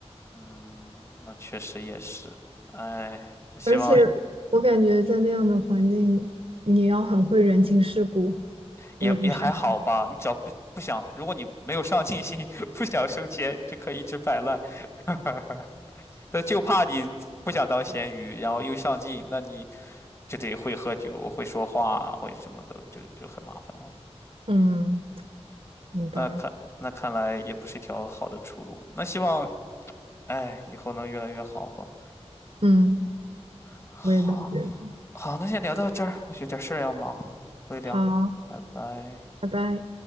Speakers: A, on the left; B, on the right.
A: 嗯，那确实也是。哎，希望
B: 而且我感觉在那样的环境，你要很会人情世故，
A: 也也还好吧。
B: 我也不擅长
A: 你只要不不想，如果你没有上进心，<laughs> 不想升迁，就可以一直摆烂。<laughs> 但就怕你不想当咸鱼，然后又上进，那你就得会喝酒、会说话啊、会什么的，就就很麻烦了。
B: 嗯，明白。
A: 那看那看来也不是一条好的出路。那希望，哎，以后能越来越好吧。
B: 嗯，
A: 好。
B: 我也这么觉得。
A: 好，那先聊到这儿，我有点事儿要忙，回聊，
B: 好，
A: 拜拜。
B: 拜拜。